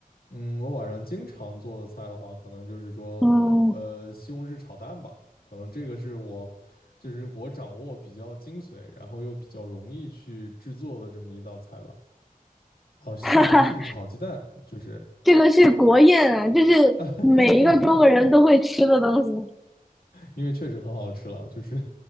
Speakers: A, on the left; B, in the centre.
A: 嗯，我晚上经常做的菜的话，可能就是说，
B: 嗯。
A: 呃，西红柿炒蛋吧，可能这个是我，就是我掌握比较精髓，然后又比较容易去制作的这么一道菜吧。哦，西红柿炒鸡蛋，
B: <laughs>
A: 就是
B: 这个是国宴啊，这是每一个中国人都会吃的东西。
A: <laughs> 因为确实很好吃了，就是